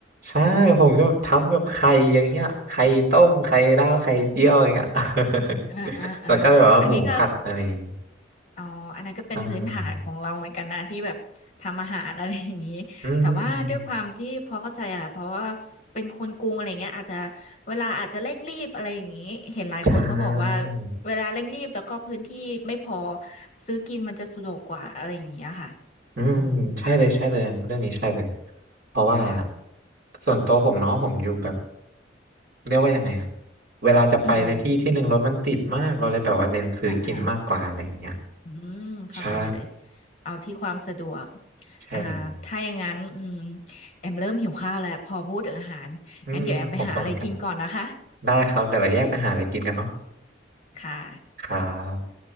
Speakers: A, on the right (about 55°); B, on the left (about 40°).
A: ใช่ ผมก็ทำแบบไข่อย่างเงี้ยไข่ต้ม ไข่ดาว ไข่เจียวอย่างเงี้ย <laughs>
B: <laughs> อ่าอ่าอ่า
A: แล้วก็แบบว่าหมูผัดอะไรอย่างงี้
B: อันนี้ก็อ๋ออันนั้นก็เป็นพื้นฐานของเราเหมือนกันนะที่แบบทำอาหารอะไรอย่างนี้แต่ว่าด้วยความที่พอเข้าใจอ่ะเพราะว่า
A: อ่าอืม
B: เป็นคนกรุงอะไรเงี้ยอาจจะเวลาอาจจะเร่งรีบอะไรอย่างนี้เห็นหลายคนเขาบอกว่า
A: ใช่
B: เวลาเร่งรีบแล้วก็พื้นที่ไม่พอซื้อกินมันจะสะดวกกว่าอะไรอย่างเงี้ยค่ะ
A: อืมใช่เลยใช่เลยอันเรื่องนี้ใช่เลย
B: อืม
A: เพราะว่า
B: ค่ะ
A: ส่วนตัวผมเนาะผมอยู่แบบเรียกว่ายังไงอะเวลาจะไปในที่ที่หนึ่งรถมันติดมากเราเลยแบบว่าเน้นซื้อกินมากกว่าอะไรอย่างเงี้ย
B: อืมอ่าอ่า อืมเข้าใจเลย
A: ใช่
B: เอาที่ความสะดวก
A: ใช่เลย
B: อ่าถ้าอย่างนั้นอืมแอมเริ่มหิวข้าวแล้วพอพูดถึงอาหารงั้นเดี๋ยวแอมไปหาอะไรกินก่อนนะคะ
A: อืมผมก็เหมือนกันได้ครับเดี๋ยวเราแยกไปหาอะไรกินกันเนาะ
B: ค่ะ
A: ครับ